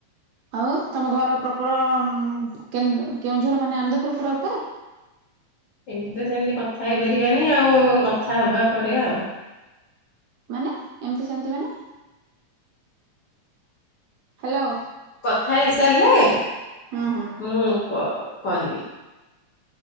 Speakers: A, on the right; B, on the left.
A: ଆଉ ତମ ଘର ପ୍ରପର କେ-କେଉଁଝର ମାନେ ଆନ୍ଦପୁରୁ ପ୍ର‌ପର।
B: ଏମତି ତ ସେମିତି କଥା ହେଇପାରିବାନି ଆଉ କଥା ହେବା ପରେ ଆଉ।
A: ମାନେ ଏମିତି ସେମିତି ମାନେ ହାଲୋ।
B: କଥା ହେଇସାରିଲେ।
A: ହୁଁ ହୁଁ।
B: ମୁଁ କ-କହିବି।